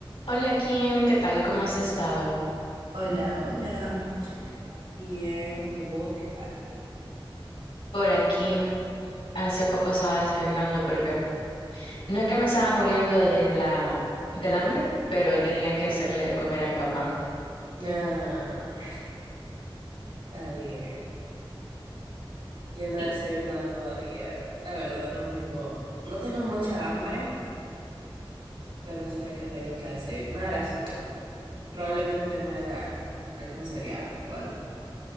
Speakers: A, on the left (about 85°); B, on the right (about 80°).
A: Hola Kim, ¿qué tal? ¿Cómo has estado?
B: Hola, hola. Bien, ¿y vos qué tal?
A: Por aquí hace poco estaba desayunando porque no es que me estaba muriendo de la del hambre, pero tenía que hacerle de comer a mi papá.
B: Ah, está bien. Yo no
A: Y,
B: he desayunado todavía. La verdad, no tengo, no tengo mucha hambre, pero sé que tengo que desayunar, así que probablemente me haga algún cereal o algo. <laughs>